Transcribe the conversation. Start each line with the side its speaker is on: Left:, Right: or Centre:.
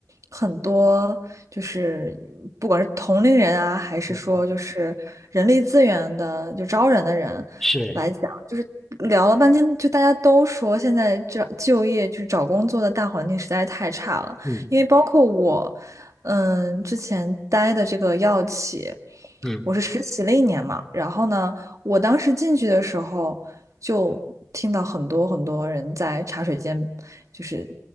Right: 很多就是不管是同龄人啊，还是说就是人力资源的就招人的人
Centre: 嗯，是，
Right: 来讲，就是聊了半天，就大家都说现在这就业就是找工作的大环境实在是太差了，
Centre: 嗯
Right: 因为包括我，嗯，之前待的这个药企，
Centre: 嗯。
Right: 我是实习了一年嘛，然后呢。我当时进去的时候，就听到很多很多人在茶水间，就是